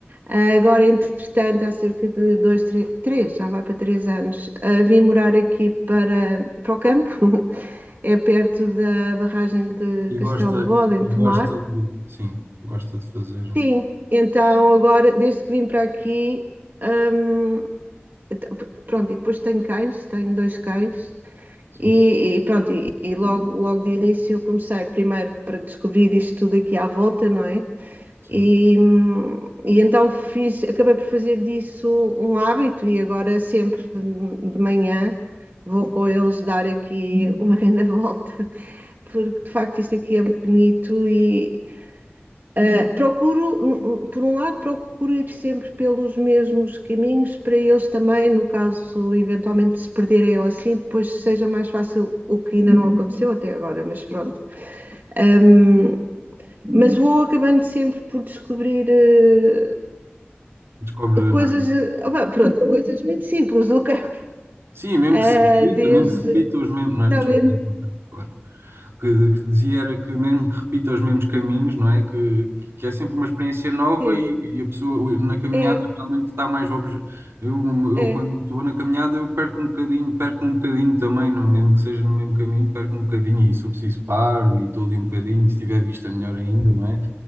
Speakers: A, on the right; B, on the right.
A: Ah, Agora, entretanto, há cerca de dois, três, três, já vai para três anos, ah, vim morar aqui para, para o campo, <laughs> é perto da barragem de
B: E
A: Castelo
B: gosta,
A: de Bode, em
B: e
A: Tomar.
B: gosta de, sim, gosta de fazer,
A: Sim, então agora, desde que vim para aqui, hum, então, pronto, e depois tenho cães, tenho dois cães.
B: sim,
A: E, e pronto, e, e logo, logo de início comecei primeiro para descobrir isto tudo aqui à volta, não é?
B: sim.
A: E, e então fiz, acabei por fazer disso um hábito e agora sempre de manhã vou com eles dar aqui uma grande <laughs> volta, porque de facto isto aqui é muito bonito e, Uh, procuro, um, um, por um lado, procuro ir sempre pelos mesmos caminhos para eles também, no caso eventualmente se perderem ou assim, depois seja mais fácil, o que ainda não aconteceu até agora, mas pronto. Hum, mas vou acabando sempre por descobrir uh,
B: Descobre,
A: coisas,
B: não é?
A: uh, pronto, coisas muito simples do campo,
B: Sim, mesmo
A: uh,
B: que se repita,
A: desde,
B: mesmo que se repita os mesmos, não
A: está
B: é? Desculpa,
A: a ver?
B: não, desculpa, claro. O que, que dizia era que mesmo que repita os mesmos caminhos, não é? Que, que é sempre uma experiência nova
A: Sim,
B: e, e a pessoa na caminhada
A: é,
B: realmente está mais obje... eu, eu
A: é,
B: quando estou na caminhada eu perco um bocadinho, perco um bocadinho também, não, mesmo que seja no mesmo caminho, perco um bocadinho e se eu preciso paro e estou ali um bocadinho e se tiver vista melhor ainda, não é?